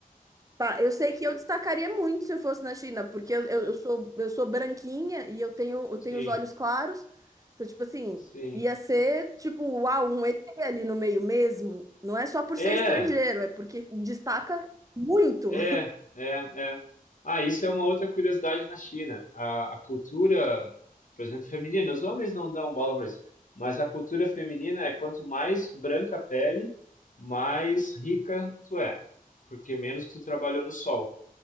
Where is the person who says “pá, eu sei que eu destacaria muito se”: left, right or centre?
Right